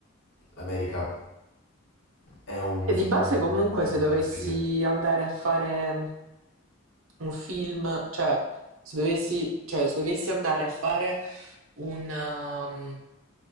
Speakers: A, on the left; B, on the right.
A: l'America è un
B: E
A: sicuramente
B: di base comunque
A: una
B: se dovessi
A: bella esperienza.
B: andare a fare mhmm, un film, cioè se dovessi, cioè, se dovessi andare a fare un, um,